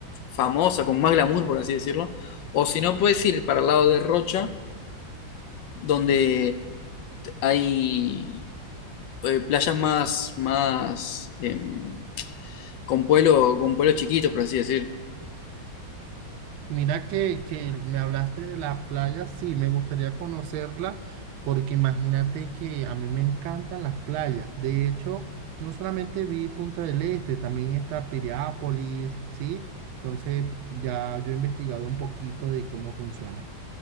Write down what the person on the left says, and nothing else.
famosa, con más glamour, por así decirlo. O si no, puedes ir para el lado de Rocha, donde hay eh, playas más, más em, con pueblo, con pueblos chiquitos, por así decir